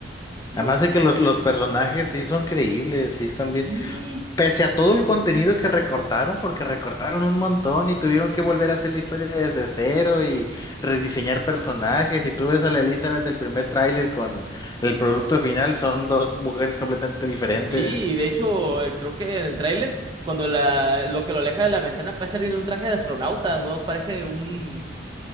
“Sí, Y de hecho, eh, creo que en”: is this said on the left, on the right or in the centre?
Right